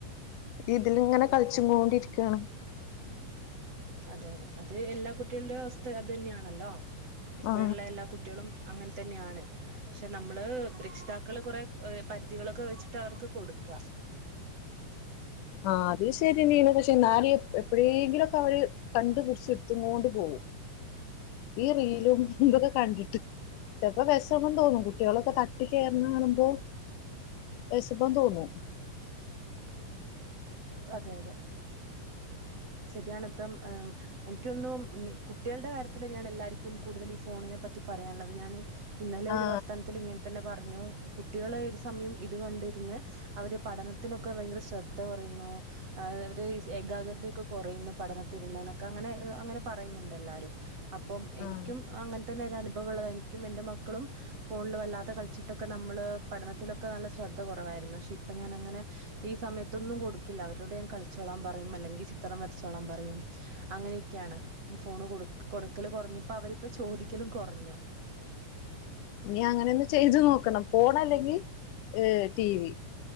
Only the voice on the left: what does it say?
ഇതിലിങ്ങനെ കളിച്ചുങ്കോണ്ടിരിക്കാണ്
ആ
ആഹ് അത് ശെരിയന്നേണ് പക്ഷെ എന്നാലും എപ്പഴേങ്കിലും ഒക്കെ അവര് കണ്ടു പിടിച്ച്ട്ത്ത്ങ്കോണ്ട് പോവും ഈ റീലും ഇതൊക്കെ കണ്ടിട്ട് ചെലപ്പോ വെഷമം തോന്നും കുട്ടിയേളൊക്കെ തട്ടി കെയറ്ന്ന കാണുമ്പോ വെഷമം തോന്നും
ആ
ആ
ഇനി അങ്ങനെ ഒന്ന് ചെയ്ത് നോക്കണം ഫോൺ അല്ലെങ്കിൽ ഏഹ് ടി വി